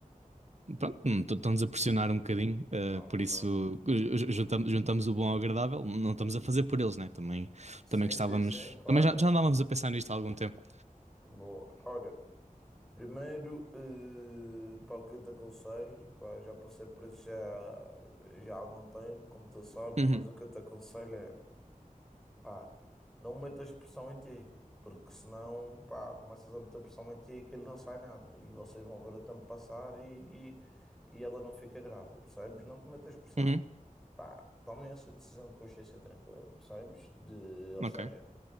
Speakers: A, on the right; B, in the centre.
A: pronto, estão-nos a pressionar um bocadinho, eh,
B: Não,
A: por
B: claro.
A: isso ju- ju- juntamos, juntamos o bom ao agradável, não estamos a fazer por eles, né? Também,
B: Sim,
A: também gostávamos,
B: sim, sim, claro.
A: também já, já andávamos a pensar nisto há algum tempo.
B: Boa. Olha, primeiro, eh, pá, o que eu te aconselho, pá, já passei por isso já, já há algum tempo, como tu sabes,
A: Uhum,
B: mas o que eu te aconselho é, pá, não metas pressão em ti, porque senão, pá, começas a meter pressão em ti e aquilo não sai nada, e vocês vão ver o tempo passar e, e, e ela não fica grávida, percebes? Não te metas pressão,
A: uhum,
B: pá, tomem essa decisão de consciência tranquila, percebes? De, ou
A: ok.
B: seja...